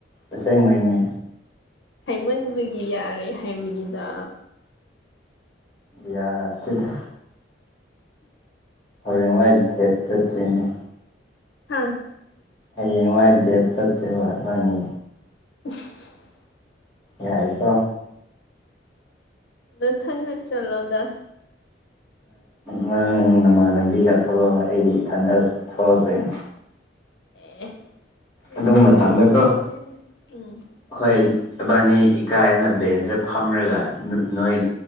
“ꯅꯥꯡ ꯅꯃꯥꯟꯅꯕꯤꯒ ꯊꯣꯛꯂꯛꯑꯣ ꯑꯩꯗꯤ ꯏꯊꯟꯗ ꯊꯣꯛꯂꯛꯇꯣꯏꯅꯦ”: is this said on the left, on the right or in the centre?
Left